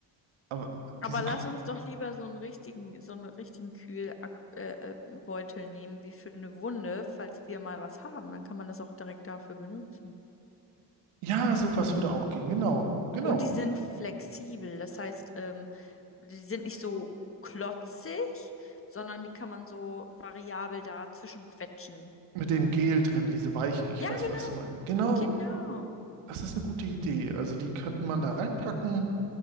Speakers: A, on the right (about 75°); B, on the left (about 25°).
A: Aber
B: Aber
A: diese
B: lass
A: Kü
B: uns doch lieber so einen richtigen, so einen richtigen Kühlbeutel äh, äh, Beutel nehmen, wie für eine Wunde, falls wir mal was haben. Dann kann man das auch direkt dafür benutzen.
A: Ja, sowas würde auch gehen. Genau, genau.
B: Und die sind flexibel, das heißt, ähm, die sind nicht so klotzig, sondern die kann man so variabel dazwischen quetschen.
A: Mit dem Gel drin, diese Weichen. Ich
B: Ja,
A: weiß,
B: genau.
A: was du meinst. Genau,
B: Genau.
A: das ist eine gute Idee. Also die könnte man da reinpacken.